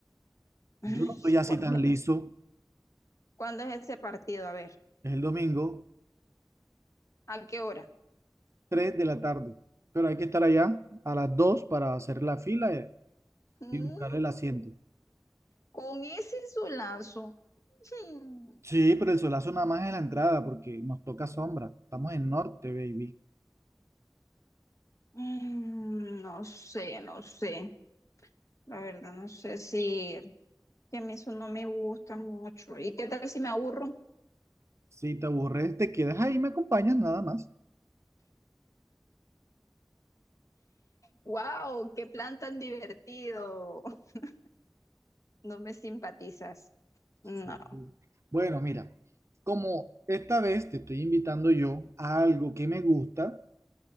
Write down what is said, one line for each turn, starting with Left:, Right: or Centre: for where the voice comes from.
Left: Ay,
Right: Yo no soy así
Left: ¿cuándo-
Right: tan liso.
Left: cuándo es ese partido? A ver,
Right: Es el domingo,
Left: ¿a qué hora?
Right: 3 de la tarde. Pero hay que estar allá a las 2 para hacer la fila eh,
Left: Mm,
Right: y buscar el asiento.
Left: Con ese solazo. <laughs> mm.
Right: Sí, pero el solazo nada más es la entrada porque nos toca sombra. Estamos en norte, baby.
Left: Mm, No sé, no sé. La verdad, no sé si que a mí eso no me gusta mucho. ¿Y qué tal si me aburro?
Right: Si te aburres, te quedas ahí, me acompañas nada más.
Left: ¡Wow! ¡Qué plan tan divertido! <laughs> No me simpatizas. No.
Right: Sí. Bueno, mira, como esta vez te estoy invitando yo a algo que me gusta,